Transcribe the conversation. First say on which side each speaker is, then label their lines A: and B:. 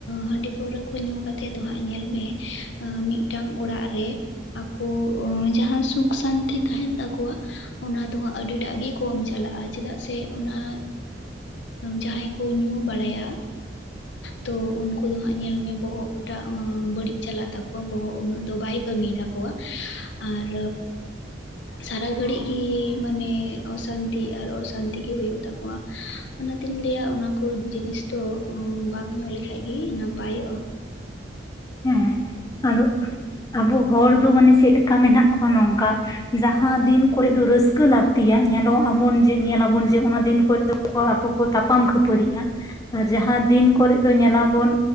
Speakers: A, on the left (about 65°); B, on the left (about 20°).
A: ᱦᱟᱺᱰᱤ ᱯᱟᱹᱣᱨᱟᱹ ᱠᱚ ᱧᱩ ᱠᱟᱛᱮᱫ ᱫᱚ ᱦᱟᱸᱜ ᱧᱮᱞ ᱢᱮ ᱢᱤᱫᱴᱟᱝ ᱚᱲᱟᱜ ᱨᱮ ᱟᱠᱚ ᱡᱟᱦᱟᱸ ᱥᱩᱠ ᱥᱟᱱᱛᱤ ᱛᱟᱦᱮᱱ ᱛᱟᱠᱚᱣᱟ ᱚᱱᱟ ᱫᱚᱦᱚᱸ ᱟᱹᱰᱤᱴᱟᱜ ᱜᱮ ᱠᱚᱢ ᱪᱟᱞᱟᱜ-ᱟ ᱪᱮᱫᱟᱜ ᱥᱮ ᱚᱱᱟ ᱡᱟᱦᱟᱸᱭ ᱠᱚ ᱧᱩ ᱵᱟᱲᱟᱭᱟ ᱛᱚ ᱩᱱᱠᱩ ᱫᱚ ᱦᱟᱸᱜ ᱧᱮᱞᱢᱮ ᱵᱚᱦᱚᱜᱴᱟᱜ ᱵᱟᱹᱲᱤᱡ ᱪᱟᱞᱟᱜ ᱛᱟᱠᱚᱣᱟ ᱵᱚᱦᱚᱜ ᱩᱱᱟᱹᱜ ᱫᱚ ᱵᱟᱭ ᱠᱟᱹᱢᱤᱭ ᱛᱟᱠᱚᱣᱟ ᱟᱨ ᱥᱟᱨᱟ ᱜᱷᱟᱹᱲᱤᱡ ᱜᱮ ᱢᱟᱱᱮ ᱚᱥᱟᱱᱛᱤ ᱟᱨ ᱚᱥᱟᱱᱛᱤ ᱜᱮ ᱦᱩᱭᱩᱜ ᱛᱟᱠᱚᱣᱟ ᱚᱱᱟᱛᱮᱧ ᱞᱟᱹᱭᱟ ᱚᱱᱟ ᱠᱚ ᱡᱤᱱᱤᱥ ᱫᱚ ᱵᱟᱝ ᱧᱩ ᱞᱮᱠᱷᱟᱡ ᱜᱮ ᱱᱟᱯᱟᱭᱚᱜ-ᱟ
B: ᱦᱮᱸ ᱟᱫᱚ ᱟᱵᱚ ᱦᱚᱲ ᱫᱚ ᱢᱟᱱᱮ ᱪᱮᱫ ᱞᱮᱠᱟ ᱢᱮᱱᱟᱜ ᱠᱚᱣᱟ ᱱᱚᱝᱠᱟ ᱡᱟᱦᱟᱸ ᱫᱤᱱ ᱠᱚᱨᱮ ᱫᱚ ᱨᱟᱹᱥᱠᱟᱹ ᱞᱟᱹᱠᱛᱤᱭᱟ ᱧᱮᱞᱚᱜ ᱟᱵᱚᱱ ᱡᱮ ᱧᱮᱞᱟᱵᱚᱱ ᱡᱮ ᱚᱱᱟ ᱫᱤᱱ ᱠᱚᱨᱮ ᱫᱚ ᱟᱠᱚ ᱠᱚ ᱛᱟᱯᱟᱢ ᱠᱷᱟᱹᱯᱟᱹᱨᱤᱜ-ᱟ ᱟᱨ ᱡᱟᱦᱟᱸ ᱫᱤᱱ ᱠᱚᱨᱮ ᱫᱚ ᱧᱮᱞᱟᱵᱚᱱ